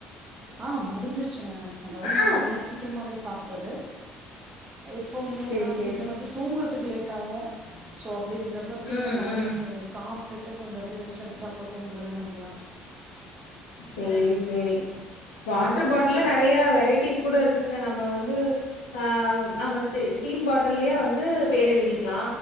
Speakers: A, on the right; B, on the left.
A: ஆ முடிஞ்சிருச்சுங்க அதவாது
B: ஆ
A: நம்ம நேசி சீக்கிரமாவே சாப்டிறது இப்போ வந்து
B: சேரி
A: வேணா
B: சேரி
A: சீக்கிரமாவே தூங்குறதுக்கு லேட்டாவோ ஸோ அப்டி இருக்றப்ப சீக்கிரமாகவே
B: ம் ம்
A: சாப் விட்டுட்டு கொஞ்சோ அப்டி ரெஸ்ட் எடுத்துட்டு அப்புறோ தூங்கறதுனு வெய்ங்களே
B: செரி செரி வாட்டர் பாட்டில்ல
A: சரி
B: நறையா வெரைட்டிஸ் கூட இருக்குங்க நம்ம வந்து ஆ நம்ம ஸ்டீ ஸ்டீல் பாட்டல்லயே வந்து பேர் எழுதிக்கலா